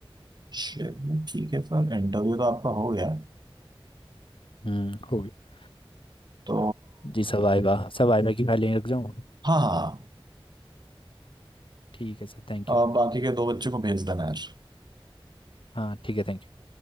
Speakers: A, on the right; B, on the left.
A: चलिए ठीक है सर इंटरव्यू तो आपका हो गया है।
B: हम्म हो गया
A: तो
B: जी सवाइवा सवाइवा की फाइलें रख जाऊँ
A: हाँ हाँ
B: ठीक है सर थैंक
A: अब
B: यू
A: बाकी के दो बच्चों को भेज देना यार
B: हाँ ठीक है थैंक यू